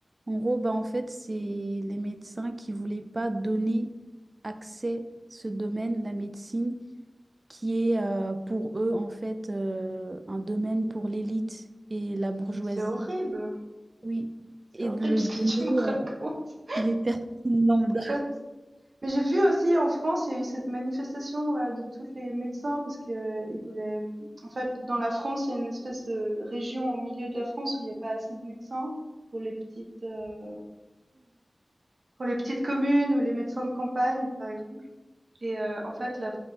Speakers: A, on the right; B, on the right.
A: En gros, bah, en fait, c'est les médecins qui voulaient pas donner accès ce domaine, la médecine, qui est euh, pour eux en fait euh, un domaine pour l'élite et la bourgeoisie.
B: Mais c'est horrible.
A: Oui.
B: C'est
A: Et
B: horrible
A: de le
B: ce
A: donner
B: que tu me racontes.
A: euh, à des personnes lambda.
B: En fait, mais j'ai vu aussi en France, il y a eu cette manifestation là de tous les médecins parce que euh, ils voulaient. En fait, dans la France, il y a une espèce de région au milieu de la France où il n'y a pas assez de médecins pour les petites euh, pour les petites communes ou les médecins de campagne, par exemple. Et euh, en fait, la,